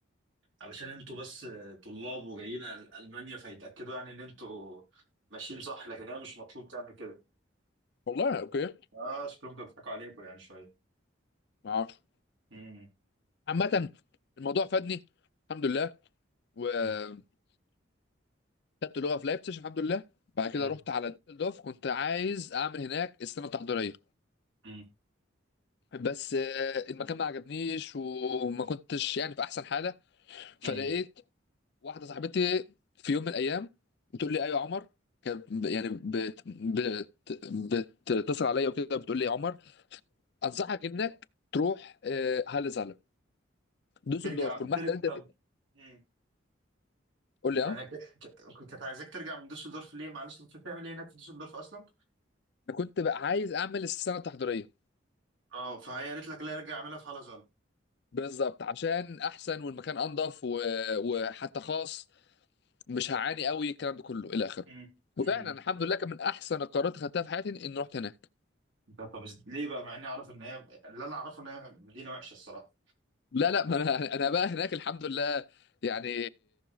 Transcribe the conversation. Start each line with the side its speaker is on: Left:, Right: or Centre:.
Right: علشان انتوا بس طلاب وجايين أل- ألمانيا فيتأكدوا يعني ان انتوا ماشيين صح لكن هي مش مطلوب تعمل كده
Left: والله اوكي
Right: اه شكلهم كانوا بيضحكوا عليكم يعني شوية
Left: ما اعرفش
Right: مم،
Left: عامه الموضوع فادني الحمد لله وخدت
Right: مم،
Left: لغه في لايبتش الحمد لله بعد كده
Right: مم،
Left: رحت على دوف كنت عايز اعمل هناك السنه التحضيريه
Right: مم،
Left: بس آه، المكان ما عجبنيش وما كنتش يعني في احسن حاله فلقيت
Right: مم.
Left: واحده صاحبتي في يوم من الايام بتقول لي ايوه يا عمر كانت ب- يعني بت بت بتتصل عليا وكده بتقول لي يا عمر انصحك انك تروح آه، هالة زعلب دوسلدورف
Right: ترجع
Left: والمحل
Right: تر...
Left: اللي انت
Right: طب
Left: فيه
Right: مم.
Left: قول لي
Right: يعني
Left: اه
Right: ك... ك... كنت عايزاك ترجع من دوسلدورف ليه معلش انت بتعمل ايه هناك في دوسلدورف اصلا
Left: انا كنت بقى عايز اعمل السنه التحضيريه
Right: اه فهي قالت لك لا ارجع اعملها في هالازال
Left: بالظبط عشان احسن والمكان انضف و- وحتى خاص مش هعاني قوي الكلام ده كله الى اخره
Right: مم،
Left: وفعلا
Right: مم.
Left: الحمد لله كان من احسن القرارات اللي خدتها في حياتي اني رحت هناك
Right: طب طب إز- ليه بقى مع اني اعرف ان هي اللي انا اعرفه ان هي مدينه وحشه الصراحه
Left: لا لا ما انا <laughs> انا بقى هناك الحمد لله يعني